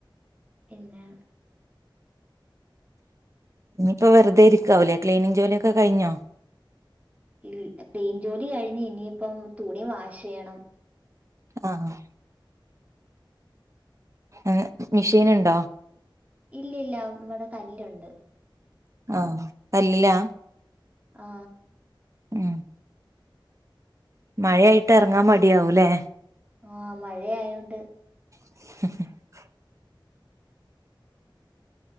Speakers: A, on the right; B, on the right.
A: പിന്നെ
B: ഇനിപ്പ വെറുതെ ഇരിക്കാവല്ലേ ക്ലീനിങ് ജോലിയൊക്കെ കഴിഞ്ഞോ
A: ഇൽ തെയിൻ ജോലി കഴിഞ്ഞ് ഇനിയിപ്പം തുണി വാഷ് ചെയ്യണം
B: ആഹ് ആഹ് ആഹ് മിഷീൻ ഉണ്ടോ
A: ഇല്ല ഇല്ല വിടെ കല്ലുണ്ട്
B: ആ കല്ലില്ലാ
A: ആ
B: ഉം മഴയായിട്ട് ഇറങ്ങാൻ മടിയാവൂല്ലേ
A: ആ മഴയയോണ്ട്
B: <unintelligible>